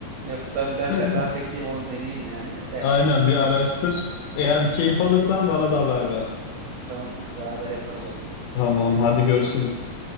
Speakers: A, on the right; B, on the left.
A: Yok ben ben
B: <laughs>
A: ben ben bir gideyim onu deneyeyim yani de
B: Aynen
A: işte.
B: bir araştır. Eğer keyif alırsan bana da haber ver.
A: Tamam kanka beraber yaparız olmaz.
B: Tamam, hadi görüşürüz.